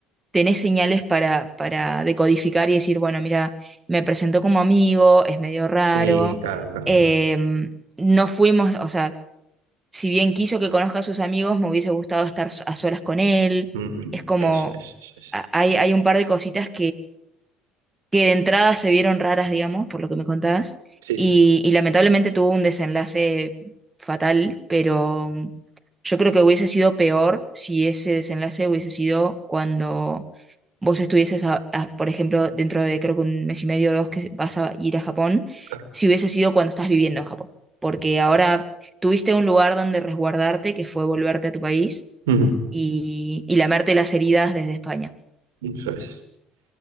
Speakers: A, on the right; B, on the right.
A: tenés señales para, para decodificar y decir, bueno, mira, me presentó como amigo, es medio raro,
B: Sí, claro, claro.
A: em, no fuimos, o sea, si bien quiso que conozca a sus amigos, me hubiese gustado estar so, a solas con él.
B: Ujú.
A: Es como,
B: Eso es, eso es.
A: a- hay, hay un par de cositas que de entrada se vieron raras, digamos, por lo que me contabas,
B: Sí,
A: y,
B: sí, no,
A: y lamentablemente tuvo un desenlace fatal, pero mm, yo creo que hubiese sido peor si ese desenlace hubiese sido cuando vos estuvieses, a- a- por ejemplo, dentro de creo que un mes y medio o dos que vas a ir a Japón,
B: claro.
A: si hubiese sido cuando estás viviendo en Japón, porque ahora tuviste un lugar donde resguardarte, que fue volverte a tu país
B: Ujú.
A: y, y lamerte las heridas desde España.
B: Eso es.